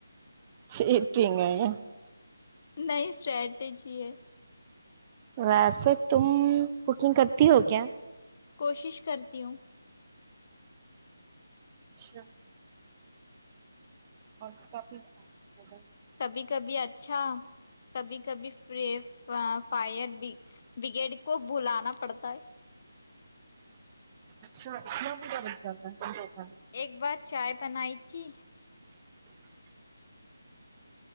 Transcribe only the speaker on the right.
چیٹک ہے یہ
ویسے تم ککنگ کرتی ہو کیا
اچھا اور اس کا بھی نظر
اچھا اتنا بھی بدد جاتتا ہےے